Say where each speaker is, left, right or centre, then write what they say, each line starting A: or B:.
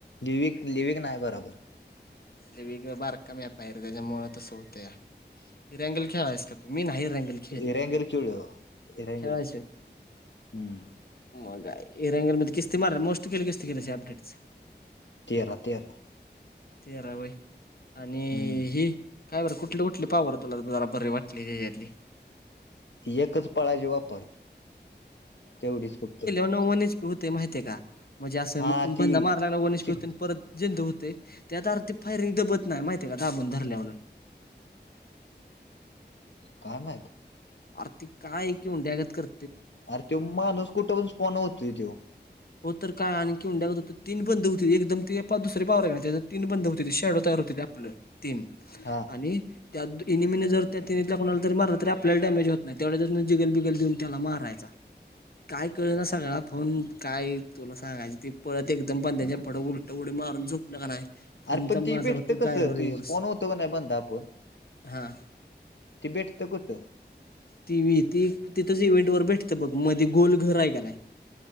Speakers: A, on the left; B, on the left.
A: लिविक लिविक नाही बरोबर.
B: <unintelligible>
A: <unintelligible>
B: खेळायच <unintelligible>
A: तेरा तेरा
B: तेरा व आणि
A: हम्म.
B: हि काय बरं कुठली कुठली पाववर तुला जला बर वाटले त्याच्यातली
A: ती एकच पळाची वापर तेवढीच फपत
B: वनस्पती होते माहितीय का म्हणजे असं
A: हा
B: बंदा
A: ती
B: मारल्या वनस्पती
A: ती
B: होते परत जंतू होते. त्यात आरती फायरिंग दबत नाही माहिती आहे का दाबून ठरल्यावरून.
A: काय माहित.
B: आर्थिक काय कि उंड्यागत कर.
A: अरे त माणूस कुठे पण स् पोन होतती तो.
B: हो तर काय आणखीं्या तीन बंद होते एकदम ते दुसरे पावरे त्या तीन बंद होते ते शेडो तयार हो. आपलं तीन.
A: हा
B: आणि त्या इनिमिने जर त्या तिनतल्या कोणाला तरी मार त. आपल्या डॅमेज होत नाही तेवढ्या जसून जिगल बिगल देऊन त्याला मारायचा. काय कळेलं ना सगळळा फोन काय तुला सांगाय ते पळत एकदम पण त्यांच्या पढ उल. तेवढे मारून झोपलं का नाही. फोनचा
A: अर पण ती
B: माझा
A: भेटत
B: होतो
A: कसं
B: गायरो
A: तु
B: रिव्हर्स
A: फोन होतो का नाही बंद आपण.
B: हा
A: तिबेट तो कुतो
B: ती व्ही ती तिथंच इव्हेंट वर भेटतं बघ मध्ये गोल घर आहे का नाही